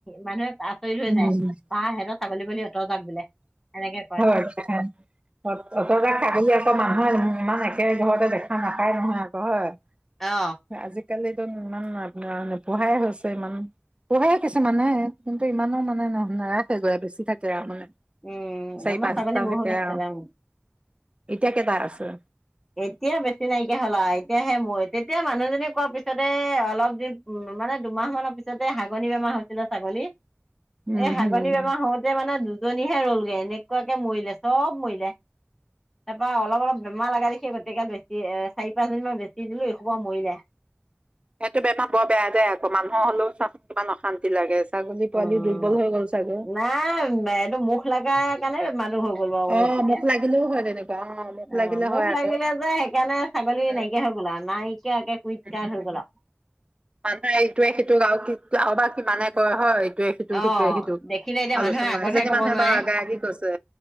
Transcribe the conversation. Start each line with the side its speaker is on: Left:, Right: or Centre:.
Centre: মানুহে আচৰিত হৈ
Right: উম
Centre: যায় বা সিহত ছাগলী পোৱালি অতজাক বোলে। এনেকে কয়।
Right: হয় অ অত গাল ছাগলী আকৌ মানুহে ইমান একে ঘৰতে দেখে চাহ নেখাই নহয় আকৌ হয়।
Centre: অ
Right: এ আজিকালি ক'তনো ইমান মানুহে নোপোহাই হৈছে ইমান পুহে কিছুমানে তোৰ ইমানো মানে ন নাৰাখে গৈ বেছি থাকে আৰু মানে
Centre: উম,
Right: চাৰি,
Centre: আমাৰ
Right: পাঁচটা
Centre: ছাগলী বহুত
Right: থাকে
Centre: আছিলে
Right: আৰু
Centre: উম।
Right: এতিয়া কেইটা আছে
Centre: এতিয়া বেছি নাইকিয়া হ'ল এতিয়াহে মোৰ এতি তেতিয়া মানুহজনী কোৱাৰ পিছতে অলপ দিন উম, মানে দুমাহ মানৰ পিছতে হাগনি বেমাৰ হৈছিলে ছাগলী
Right: উম
Centre: এই হাগনি
Right: হম
Centre: বেমাৰ হওঁতে মানে দু দুজনীহে ৰলগৈ এনেকুৱাকে মৰিলে চ'ব মৰিলে। তাৰপাৰ অলপ অলপ বেমাৰ লগা দেখি গোটেই গাল বেছি এ চাৰি পাঁচ জনিমান বেছি দিলোঁ। ইৰসোপা মৰিলে।
Right: সেইটো বেমাৰ বৰ বেয়া দে আকৌ মানুহৰ হ'লেও চাচোন কিমান অশান্তি লাগে। ছাগলী পোৱালি
Centre: অ'
Right: দুৰ্বল হৈ গ'ল চাগৈ
Centre: নাই এইটো মুখ লাগাক কেনে বেমাৰটো হ'ল। গলোঁ আৰু
Right: অ
Centre: বেছিকে
Right: মুখ লাগিলেও হয় তেনেকুৱা মুখ
Centre: অ'
Right: লাগিলে
Centre: মূখ
Right: হয়
Centre: লাগিলে
Right: আকৌ
Centre: যে সেইকাৰণে ছাগলী
Right: উম
Centre: নাইকিয়া হৈ গ'ল আৰু নাই এতিয়া একে কুইত কাত
Right: উম
Centre: হৈ গ'ল আহ।
Right: মানুহে ইটোৱে-সিটোক আৰু আৰু বা কিমানে কয় হয়। সেইটোৱে সিটো,
Centre: অ
Right: সিটোৱে সিটো।
Centre: দেখিলে এতিয়া
Right: আলোচনা,
Centre: মানুহে আগতহে
Right: সেইজনী
Centre: কব
Right: মানুহে
Centre: নোৱাৰে
Right: বাৰু আগা-আগি কৈছে,